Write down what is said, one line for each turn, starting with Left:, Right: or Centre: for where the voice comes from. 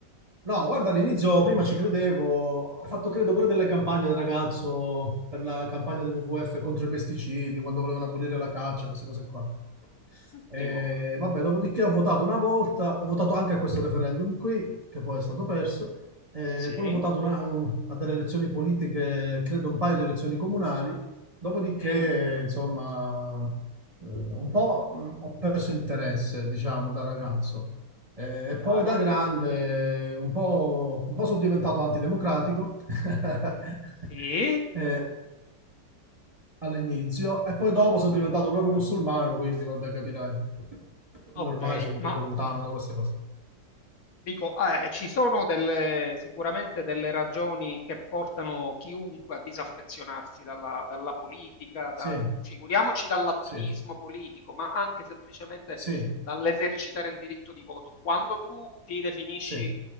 Right: No, guarda, all'inizio prima ci credevo, ho fatto credo pure delle campagne da ragazzo per la campagna del WWF contro i pesticidi, quando volevano abolire la caccia, queste cose qua.
Left: Ottimo.
Right: E, vabbè, dopodiché ho votato una volta, ho votato anche a questo referendum qui, che poi è stato perso, e
Left: Sì.
Right: poi ho votato una- un- a delle elezioni politiche, credo un paio di elezioni comunali, dopodiché,
Left: Mm,
Right: insomma, eh, un po' mh, ho perso interesse, diciamo, da ragazzo. Eh, e
Left: chiaro.
Right: poi da grande un po', un po' sono diventato antidemocratico <laughs>
Left: Sì.
Right: eh, all'inizio e poi dopo sono diventato proprio musulmano, quindi vabbè, capirai.
Left: Ok,
Right: Ormai sono
Left: ma
Right: proprio lontano
Left: mh,
Right: da queste cose.
Left: dico, eh, ci sono delle, sicuramente delle ragioni che portano chiunque a disaffezionarsi dalla, dalla politica, da-
Right: Sì,
Left: figuriamoci dall'attivismo
Right: sì,
Left: politico, ma anche semplicemente
Right: sì,
Left: dall'esercitare il diritto di voto. Quando tu ti definisci,
Right: sì,